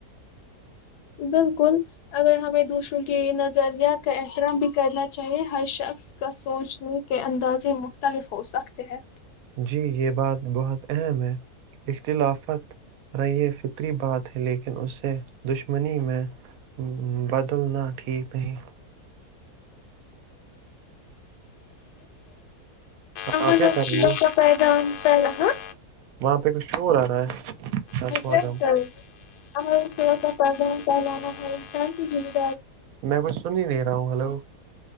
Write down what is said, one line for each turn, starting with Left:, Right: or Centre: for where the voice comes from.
Left: بالکل اگر ہمیں دوسروں کی نظریات کا احترام بھی کرنا چاہیے ہر شخص کا سوچنے کے اندازے مختلف ہو سکتے ہیں
Right: جی یہ بات بہت اہم ہے اختلافت رہی فطری بات ہے لیکن اسے دشمنی میں بدلنا ٹھیک نہیں
Left: لو
Right: آپ کیا کر رہی ہو
Left: کا پیدن ہاں
Right: وہاں پہ کچھ شور آ رہا ہے السلام
Left: م کر
Right: علیکم
Left: آ سڑ سا پادا پا
Right: میں کچھ سن ہی نہیں رہا ہوں ہلو